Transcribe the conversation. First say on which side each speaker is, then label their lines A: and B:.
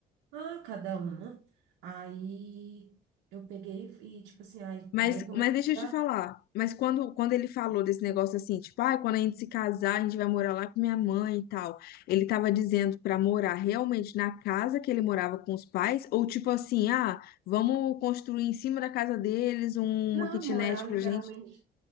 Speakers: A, on the right; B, on the left.
A: Ah, cada uma. Aí eu peguei e, tipo assim, aí,
B: Mas,
A: aí eu comecei
B: mas
A: a
B: deixa
A: estudar.
B: eu te falar. Mas quando, quando ele falou desse negócio assim, tipo, ah, quando a gente se casar, a gente vai morar lá com minha mãe e tal. Ele tava dizendo pra morar realmente na casa que ele morava com os pais, ou tipo assim, ah, vamos construir em cima da casa deles uma
A: Não,
B: kitnet
A: morar
B: pra
A: literalmente
B: gente